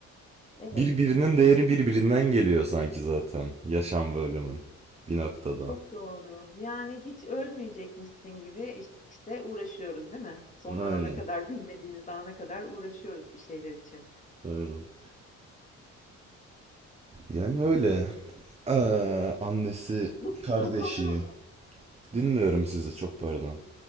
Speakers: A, on the left (about 25°); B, on the right (about 20°).
A: evet.
B: Birbirinin değeri birbirinden geliyor sanki zaten. Yaşam ve ölümün. Bir noktada.
A: Çok doğru. Yani hiç ölmeyecekmişsin gibi iş- işte uğraşıyoruz değil mi? Son
B: Aynen.
A: ana kadar bilmediğimiz ana kadar uğraşıyoruz bir şeyler için.
B: Aynen. Yani öyle. Ee, annesi,
A: Bu,
B: kardeşi.
A: bu konu
B: Dinliyorum sizi çok pardon.